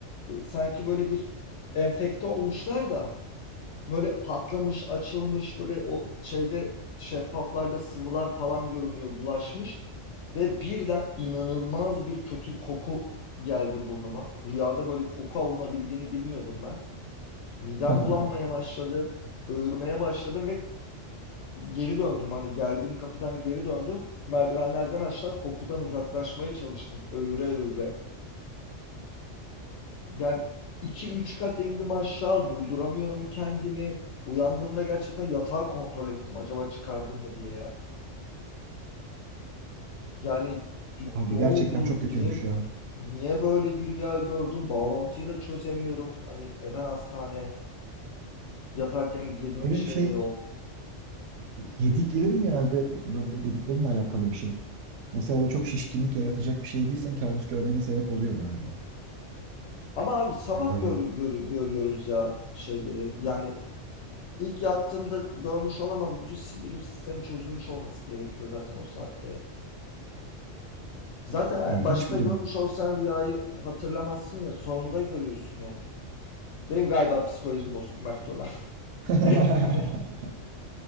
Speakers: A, on the left; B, on the right.
A: E, sanki böyle bir enfekte olmuşlar da böyle patlamış açılmış böyle o şeyde şeffaflarda sıvılar falan görünüyor bulaşmış ve birden inanılmaz bir kötü koku geldi burnuma rüyada böyle koku alınabildiğini bilmiyordum ben midem
B: <laughs>
A: bulanmaya başladı öğürmeye başladım ve geri döndüm. Hani geldiğim kapıdan geri döndüm. Merdivenlerden aşağı kokudan uzaklaşmaya çalıştım. Öğre öğre. Yani iki üç kat indim aşağı. Durduramıyorum kendimi. Uyandığımda gerçekten yatağı kontrol ettim. Acaba çıkardım mı diye ya. Yani ne
B: Abi gerçekten
A: oldu?
B: çok kötüymüş
A: Niye
B: ya.
A: niye böyle bir rüya gördüm? Bağlantıyı da çözemiyorum. Hani neden hastane? Yatarken izlediğim
B: Böyle
A: bir şey
B: şey
A: de yok.
B: yediklerin genelde böyle yediklerinle alakalı bir şey. Mesela böyle çok şişkinlik yaratacak bir şey yediysen kabus görmene sebep oluyor galiba.
A: Ama abi sabah
B: Ya böyle
A: gör, gör- görüyoruz ya şeyleri. Yani İlk yattığımda görmüş olamam. Bütün sindirim sistemi çözülmüş olması gerekiyor zaten o saatte. Zaten
B: ilginç
A: e, başta
B: bir
A: görmüş
B: durum.
A: olsan rüyayı hatırlamazsın ya. Sonunda görüyorsun yani. Benim galiba psikolojim bozuk Mert Turan.
B: <laughs>
A: <laughs>